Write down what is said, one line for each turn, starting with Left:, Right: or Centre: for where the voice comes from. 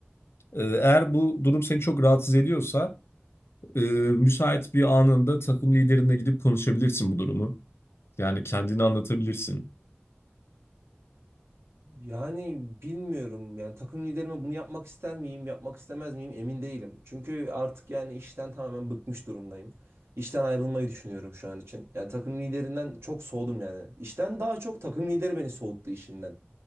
Left: E, eğer bu durum seni çok rahatsız ediyorsa Ee, müsait bir anında takım liderine gidip konuşabilirsin bu durumu. Yani kendini anlatabilirsin.
Right: Yani bilmiyorum yani takım liderime bunu yapmak ister miyim, yapmak istemez miyim emin değilim. Çünkü artık yani işten tamamen bıkmış durumdayım. İşten ayrılmayı düşünüyorum şu an için. Yani takım liderinden çok soğudum yani. İşten daha çok takım lideri beni soğuttu işinden.